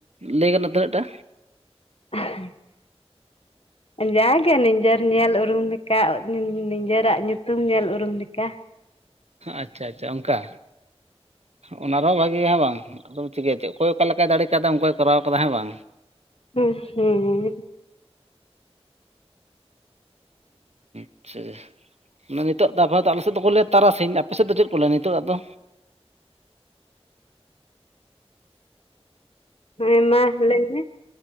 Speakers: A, on the right (about 75°); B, on the left (about 65°).
A: ᱞᱟᱹᱭ ᱜᱟᱱᱚᱜᱼᱟ ᱛᱤᱱᱟᱹᱜ ᱴᱟ?
B: <inaudible> ᱡᱟᱜᱮ ᱱᱤᱡᱮᱨ ᱧᱮᱞ ᱩᱨᱩᱝ ᱞᱮᱠᱟ ᱱᱤ ᱱᱤᱡᱮᱨᱟᱜ ᱧᱩᱛᱩᱢ ᱧᱮᱞ ᱩᱨᱩᱝ ᱞᱮᱠᱟ᱾
A: ᱟᱪᱪᱷᱟ ᱟᱪᱪᱷᱟ ᱚᱝᱠᱟ? ᱚᱱᱟ ᱨᱮᱦᱚᱸ ᱵᱷᱟᱜᱮᱭᱟ ᱦᱮᱸ ᱵᱟᱝ ᱲᱫᱚᱢ ᱪᱤᱠᱟᱹᱭᱟ ᱪᱮᱜ ᱚᱠᱚᱭ ᱚᱠᱟ ᱞᱮᱠᱟᱭ ᱫᱟᱲᱮ ᱠᱟᱣᱫᱟ ᱚᱝᱠᱟᱭ ᱠᱚᱨᱟᱣ ᱠᱟᱫᱟ ᱦᱮᱸ ᱵᱟᱝ?
B: ᱦᱩᱸ ᱦᱩᱸ
A: ᱟᱪᱪᱷᱟ ᱢᱟᱱᱮ ᱱᱤᱛᱚᱜ ᱫᱚ ᱟᱯᱟᱛᱚᱛ ᱟᱞᱮ ᱱᱤᱛᱚᱜ ᱫᱚᱠᱚ ᱞᱮᱭᱟ ᱛᱟᱨᱟᱥᱤᱧ ᱟᱯᱮ ᱥᱮᱫ ᱫᱚ ᱪᱮᱫ ᱠᱚ ᱞᱮᱭᱟ ᱱᱤᱛᱚᱜᱟᱜ ᱫᱚ?
B: ᱦᱮᱸ ᱢᱟᱦ ᱞᱟᱹᱭ ᱢᱮ᱾